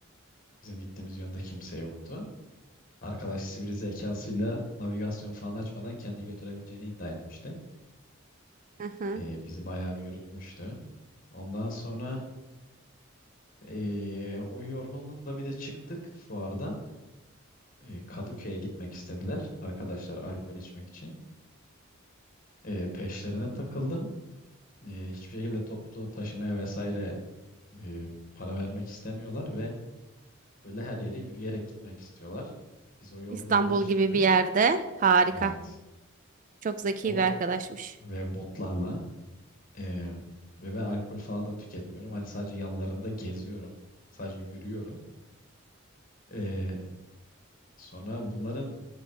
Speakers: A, on the left (about 40°); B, on the right (about 40°).
A: bizim gittiğimiz yönde kimse yoktu. Arkadaş sivri zekasıyla navigasyon falan açmadan kendini götürebileceğini iddia etmişti.
B: Aha.
A: Ee, bizi bayağı bir yürütmüştü. Ondan sonra ee, o yorgunlukla bir de çıktık fuardan. Ee, Kadıköy'e gitmek istediler arkadaşlar alkol içmek için. Ee, peşlerine takıldım. Ee, hiçbir şekilde toplu taşımaya vesaire ee, para vermek istemiyorlar ve böyle her yere yürüyerek gitmek istiyorlar. Biz o yorgunluğun
B: İstanbul
A: üstüne
B: gibi bir yerde. Harika.
A: evet
B: Çok zeki
A: o
B: bir arkadaşmış.
A: ve botlarla Ee, ve ben alkol falan da tüketmiyorum. Hani sadece yanlarında geziyorum. Sadece yürüyorum. Ee, sonra bunların